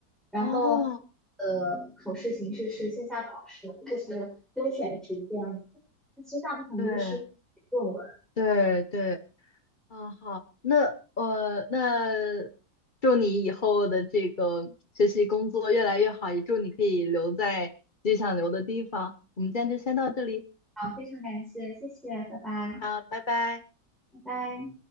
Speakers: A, in the centre; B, on the left.
A: 然后，
B: 哦，
A: 呃，考试形式是线下考试，就是优选题这样子。但其实大部分都是
B: 对
A: 论文。
B: 对对，啊好，那呃那祝你以后的这个学习工作越来越好，也祝你可以留在自己想留的地方。我们今天就先到这里，
A: 好，非常感谢，谢谢，拜拜，
B: 好，拜拜。
A: 拜拜。